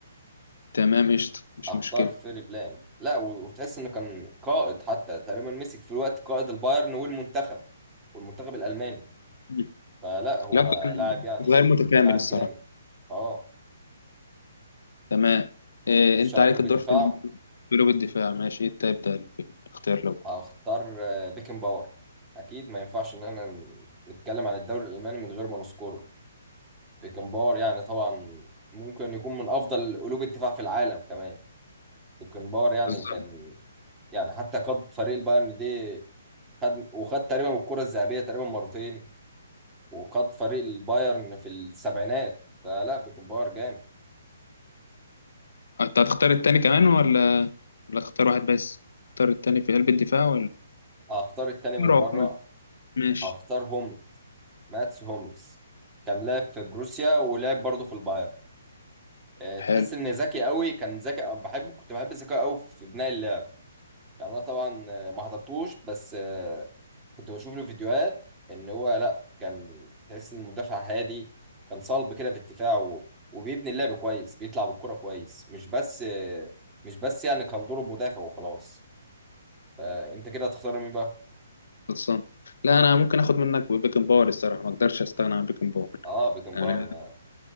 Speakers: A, on the left; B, on the right.
A: تمام قشطه مش
B: اختار
A: مشكله
B: فيري بلام لا و- وتحس انه كان قائد حتى تقريبا مسك في الوقت قائد البايرن والمنتخب والمنتخب الالماني
A: مم.
B: فلا هو
A: لو كان
B: لاعب يعني
A: ظهير متكامل
B: لاعب
A: الصراحه
B: جامد اه
A: تمام إيه
B: خش
A: انت
B: على
A: عليك
B: قلوب
A: الدور
B: الدفاع
A: في ال- في قلوب الدفاع ماشي انت ابدا في الاختيار لو
B: هختار آه، بيكن باور اكيد ما ينفعش ان احنا ن- نتكلم عن الدوري الالماني من غير ما نذكره بيكن باور يعني طبعا ممكن يكون من افضل قلوب الدفاع في العالم كمان بيكن باور يعني
A: بالظبط
B: كان يعني حتى قاد فريق البايرن دي خد وخد تقريبا الكرة الذهبية تقريبا مرتين وقاد فريق البايرن في السبعينات فلا بيكنباور جامد
A: انت هتختار التاني كمان ولا ولا اختار واحد بس اختار التاني في قلب الدفاع ولا
B: هختار التاني بالمرة
A: روح كمان ماشي
B: هختار هوملز ماتس هوملز كان لاعب في بروسيا ولعب برضه في البايرن آه، تحس
A: حلو
B: ان ذكي قوي كان ذكي أنا بحبه كنت بحب ذكاءه قوي في بناء اللعب يعني انا طبعا آه، ما حضرتوش بس آه، كنت بشوف له فيديوهات ان هو لا كان تحس ان مدافع هادي كان صلب كده في الدفاع و... وبيبني اللعب كويس بيطلع بالكرة كويس مش بس آه، مش بس يعني كان دوره مدافع وخلاص فانت كده هتختار مين بقى
A: خلصان لا انا ممكن اخد منك بيكن باور الصراحه ما اقدرش استغنى عن بيكن باور
B: اه بيكنبار
A: يعني
B: ما...